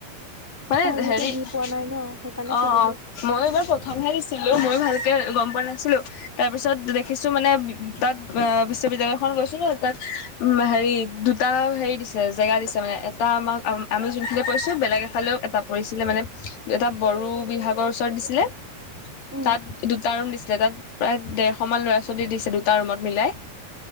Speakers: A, on the left (about 65°); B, in the centre.
A: মানে
B: মই আজিলৈকে
A: হেৰি
B: দি
A: অহ,
B: পোৱা নাই ন সেইকাৰণে
A: অহ,
B: সুধিলো
A: মই এইবাৰ প্ৰথমহে দিছিলো মই ভালকে গম পোৱা নাছিলোঁ। তাৰ পিছত দেখিছোঁ মানে তাত আহ বিশ্ববিদ্যালয়খন গৈছো ন তাত। উম হেৰি দুটা হেৰি দিছে জেগা দিছে মানে এটা আমাক আমি যোনখিনি বৈছো বেলেগ এফালেও এটা। পৰিছিলে মানে এটা বড়ো বিভাগৰ ওচৰত দিছিলে
B: উম
A: তাত দুটা ৰুম দিছিল। তাত প্ৰায় দেৰশ মান ল'ৰা ছোৱালী দিছে দুটা ৰুমত মিলাই